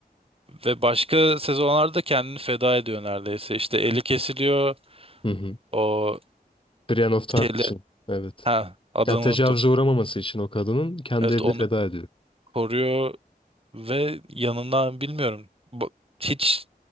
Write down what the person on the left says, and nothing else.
Hı hı.
Brienne of Tarth
için. Evet.
Yani tecavüze
uğramaması için o kadının kendi
elini
feda ediyor.